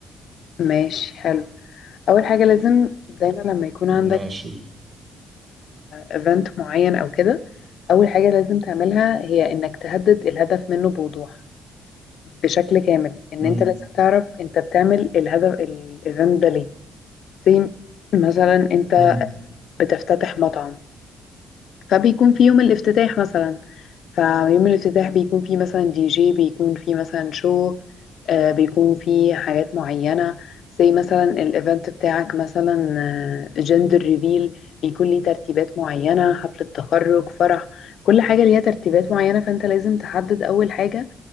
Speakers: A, on the left (about 65°); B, on the right (about 35°).
A: ماشي حلو اول حاجه لازم دايما لما يكون عندك
B: ماشي
A: ايفنت معين او كده اول حاجه لازم تعملها هي انك تهدد الهدف منه بوضوح بشكل كامل ان
B: مم.
A: انت لازم تعرف انت بتعمل الهدف الايفنت ده ليه زي مثلا انت
B: مم.
A: بتفتتح مطعم فبيكون في يوم الافتتاح مثلا فيوم الافتتاح بيكون فيه مثلا دي جي بيكون فيه مثلا شو آه بيكون فيه حاجات معينة زي مثلا الايفنت بتاعك مثلا جندر ريفيل بيكون ليه ترتيبات معينة حفلة تخرج فرح كل حاجة ليها ترتيبات معينة فانت لازم تحدد اول حاجة